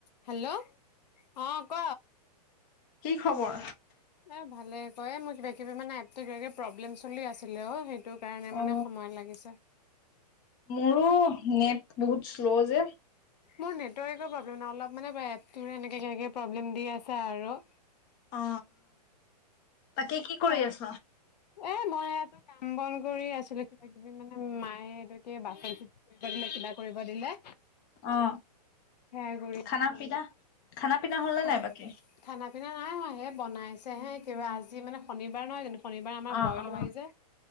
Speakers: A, on the left; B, on the left.
A: Hello অ ক
B: কি খবৰ
A: এ ভালে হয়ে এ মোৰ কিবা কিবি মানে এপতো প্ৰব্লেম চলি আছিলে অ কাৰণে মানে
B: অ
A: সময় লাগিছে
B: মোৰো নেট বহুত শ্লো যে
A: মোৰ নেটৱৰ প্ৰব্লেম অলপ মানে এপটো এনেকে কিবা কিবি প্ৰব্লেম দি আছে আৰু
B: অ বাকী কি কৰি
A: তাৰ
B: আছ?
A: এ মই ইয়াতো কাম বন কৰি আছিলো কিবা কিবি মানে মায়ে এইটোকে বাচন কিবা কৰিব দিলে
B: অ
A: হেয়া কৰি
B: খানা
A: আছিলো
B: পিনা খানা পিনা হ'ল নে
A: খানাটো
B: নাই বাকী?
A: খানা পিনা নাই হোৱা হে বনাইছে হে কিবা আজি মানে শনিবাৰ নহয় জানো শনিবাৰ আমাৰ
B: অ
A: বইল
B: অ
A: হয় যে